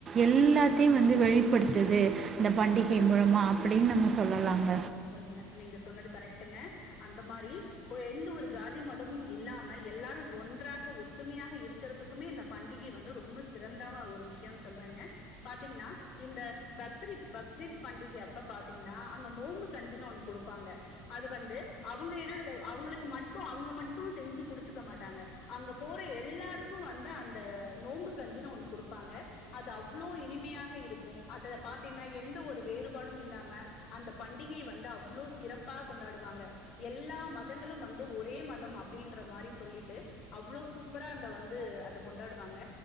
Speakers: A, on the right; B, on the left.
A: எல்லாத்தியும் வந்து வெளிப்படுத்துது இந்த பண்டிகை மூலமா அப்டின் நம்ம சொல்லலாங்க
B: உண்ம நீங்க சொன்னது கரெக்டுங்க அந்த மாரி ஒ எந்த ஒரு ஜாதி மதமும் இல்லாம எல்லாரு ஒன்றாக ஒத்துமையாக இருக் கிறதுக்குமே இந்த பண்டிகை வந்து ரொம்ப சிறந்தாவா ஒரு விஷ்யனு சொல்வேங்க பாத்தீங்கனா இந்த பக்ரித் பக்ரித் பண்டிகை அப்ப பாத்தீங்கன்னா அங்க நோம்புக் கஞ்சின்னு ஒண்ணு குடுப்பாங்க அது வந்து அவுங்க இனது அவுங்களுக்கு மட்டு அவுங்க மட்டு செஞ்சு குடிச்சுக்க மாட்டாங்க அங்கப் போற எல்லாருக்கு வந்து அந்த நோம்பு கஞ்சுனு ஒண்ணு குடுப்பாங்க அது அவ்வளோ இனிமையாக இருக்கு அத பாத்தீங்னா எந்த ஒரு வேறுபாடு இல்லாம அந்த பண் டிகை வந்து அவ்ளோ சிறப்பா கொண்டாடுவாங்க எல்லா மதங்களு வந்து ஒரே மதம் அப்டீன்ற மாரி சொல்லிட்டு அவ்ளோ சூப்பரா அந்த வந்து அத கொண்டாடுவாங்க